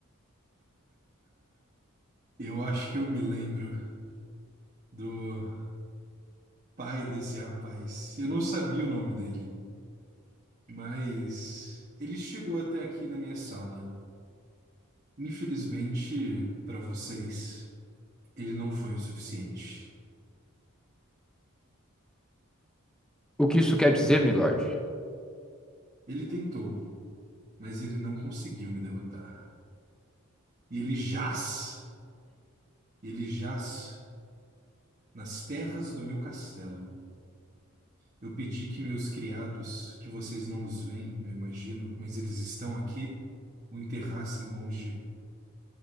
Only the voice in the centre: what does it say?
O que isso quer dizer, meu Lorde?